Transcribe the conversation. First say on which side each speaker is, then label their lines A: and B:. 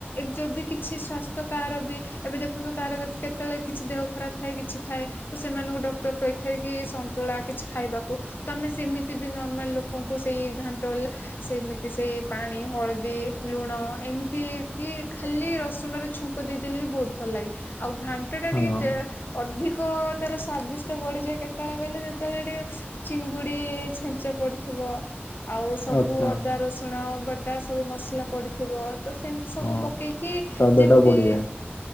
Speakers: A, on the left; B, on the left.
A: ଯଦି କିଛି ସ୍ୱାସ୍ଥ୍ୟ କାର ବି ଏବେ ଦେଖନ୍ତୁ କାହାର କେ କେତେବେଳେ କିଛି ଦେହ ଖରାପ ଥାଏ କିଛି ଥାଏ ତ ସେମାନଙ୍କୁ ଡକ୍ଟର କହିଥାଏ କି ସ ନ୍ତୁଳା କିଛି ଖାଇବାକୁ। ତ ଆମେ ସେମିତି ବି ନର୍ମାଲ ଲୋକଙ୍କୁ ସେଇ ଘାଣ୍ଟ ହେଲା ସେମିତି ସେଇ ପାଣି ହଳଦୀ ଲୁଣ ଏମିତି କି ଖାଲି ରସୁଣରେ ଛୁଙ୍କ ଦେଇଦେଲେ ବି ବହୁତ। ଭଲ ଲାଗେ। ଆଉ ଘାଣ୍ଟ ଟା ଟିକେ
B: ହଁ
A: ଟେ ଅଧିକ ତାର ସ୍ଵାଦିଷ୍ଟ ବଢିଯାଏ କେତେବେଳେ- କହିଲେ ଯେତେବେଳେ ଟିକେ ଚିଙ୍ଗୁଡ଼ି ଛେଞ୍ଚା ପଡ଼ିଥିବ। ଆଉ ସବୁ
B: ଆଚ୍ଛା
A: ଅଦା ରସୁଣ ବଟା ସବୁ ମସଲା ପଡ଼ିଥିବ। ତ ସେମିତି ସବୁ
B: ହଁ
A: ପକେଇକି
B: ସ୍ୱାଦ
A: ଯେମିତି
B: ଟା ବଢିଯାଏ।